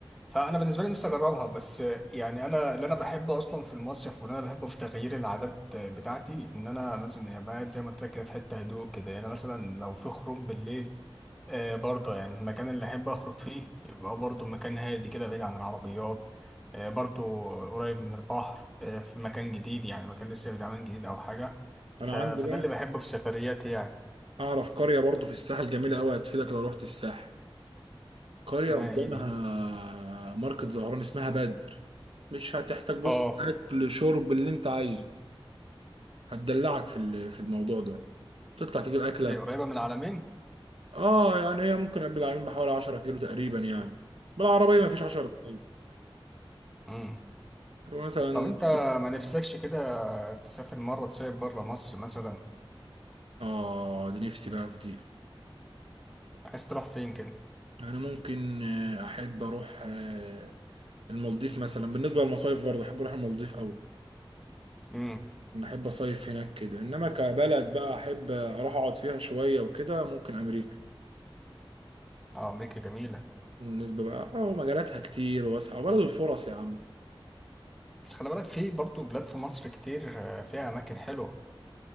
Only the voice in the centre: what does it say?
فانا بالنسبه لي نفسي اجربها بس يعني انا اللي انا بحبه اصلا في المصيف واللي انا بحبه في تغيير العادات بتاعتي ان انا مثلا يعني بقعد زي ما قلت لك كده في حته هدوء كده يعني مثلا لو في خروج بالليل آه برضه يعني المكان اللي احب اخرج فيه يبقى برضه مكان هادي كده بعيد عن العربيات آه برضه قريب من البحر آه في مكان جديد يعني مكان لسه بيتعمل جديد او حاجه ف...
فده
اللي بحبه في سفرياتي يعني
اسمها
ايه دي
اه
دي قريبه من العلمين
امم
طب انت
ما نفسكش كده تسافر مرة تصيف بره مصر مثلا
عايز تروح فين كده
امم
اه امريكا جميلة
بس خلي بالك في برضه بلاد في مصر كتير آه، فيها اماكن حلوة